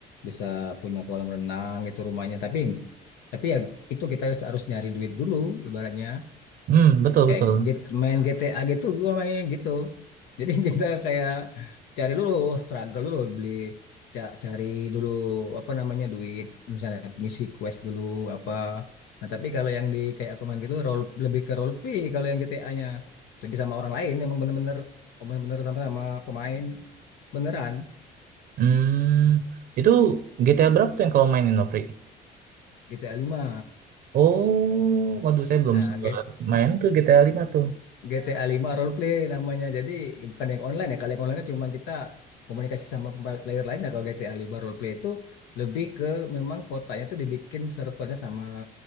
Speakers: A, on the left; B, on the right.
A: bisa punya kolam renang gitu rumahnya. Tapi tapi ya itu kita harus nyari duit dulu ibaratnya
B: Hmm, betul
A: kayak
B: betul.
A: get- main GTA gitu gua mainnya gitu jadi <laughs> kita kayak cari dulu struggle dulu beli ca- cari dulu apa namanya duit misalnya misi quest dulu apa nah tapi kalau yang di kayak aku main gitu role lebih ke role play kalau yang GTA-nya lebih sama orang lain emang bener-bener emang bener sama-sama pemain beneran
B: Hmm, itu GTA berapa tuh yang kamu mainin, Novri?
A: GTA lima
B: Oh, waduh saya belum
A: nah
B: sempat main tuh GTA lima tuh.
A: GTA 5 role play namanya. Jadi bukan yang online ya. Kalau yang online kan cuma kita komunikasi sama pemba- player lain. Nah, kalau GTA 5 role play itu lebih ke memang kotanya tuh dibikin servernya sama